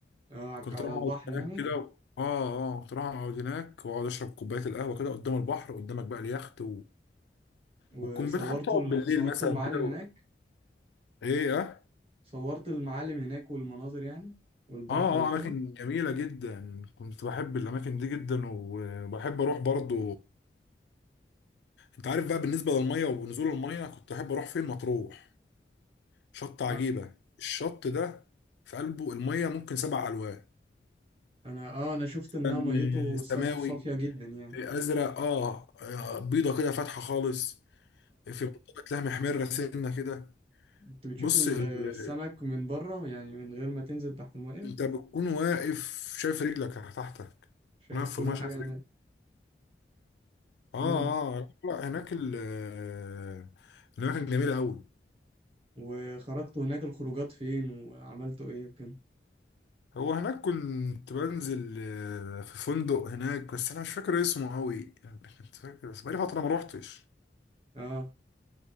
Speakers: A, on the right; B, on the left.
A: اه
B: كنت
A: على
B: اروح اقعد
A: البحر
B: هناك
A: يعني
B: كده اه اه كنت اروح اقعد هناك واقعد اشرب كوبايه القهوه كده قدام البحر قدامك بقى اليخت
A: وصورت
B: والكمبيوتر حابب تقعد
A: ال...
B: بالليل
A: صورت
B: مثلا
A: المعالم
B: كده و...
A: هناك
B: ايه اه
A: صورت المعالم هناك والمناظر يعني والبحر
B: اه
A: وكده
B: اه اماكن جميله جدا كنت بحب الاماكن دي جدا وبحب اروح برضو انت عارف بقى بالنسبه للميه ونزول الميه كنت احب اروح فين مطروح شط عجيبه
A: آه،
B: الشط ده في قلبه الميه ممكن سبع الوان
A: انا اه انا شفت انها
B: كان
A: ميته
B: سماوي
A: صاف... صافية جدا يعني
B: ازرق اه آه، بيضه كده فاتحه خالص في منطقه لها محمره سنه كده
A: كنت بتشوف
B: بص
A: ال-
B: ال...
A: السمك من بره يعني من غير ما تنزل تحت المية
B: انت بتكون واقف شايف رجلك تحتك
A: شايف
B: واقف
A: كل
B: في الميه شايف
A: حاجة هناك
B: اه
A: امم
B: اه لا لا، هناك ال آه، هناك كان جميلة أوي
A: وخرجت هناك الخروجات فين وعملتوا ايه وكده
B: هو هناك كنت بنزل آه، في فندق هناك بس أنا مش فاكر اسمه أوي يعني كنت فاكر بس بقالي فترة ما روحتش
A: اه